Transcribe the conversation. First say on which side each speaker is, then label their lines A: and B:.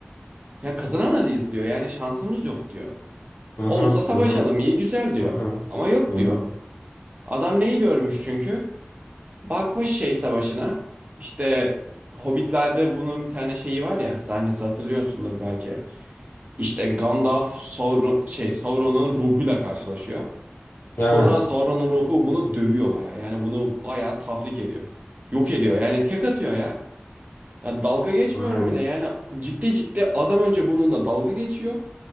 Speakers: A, on the right; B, on the left.
A: Ya kazanamayız diyor. Yani şansımız yok diyor.
B: Hı hı
A: Olsa savaşalım
B: hı hı
A: iyi güzel diyor.
B: hı hı.
A: Ama yok
B: hı
A: diyor.
B: hı.
A: Adam neyi görmüş çünkü? Bakmış şey savaşına. İşte Hobbit'lerde bunun bir tane şeyi var ya sahnesi hatırlıyorsundur belki. İşte Gandalf Sauron, şey Sauron'un ruhuyla karşılaşıyor.
B: Evet.
A: Sonra Sauron'un ruhu bunu dövüyor bayağı. Yani bunu bayağı tahrik ediyor. Yok ediyor. Yani tek atıyor ya. Ya dalga geçmiyorum
B: Aynen.
A: bile. Yani ciddi ciddi adam önce bununla dalga geçiyor.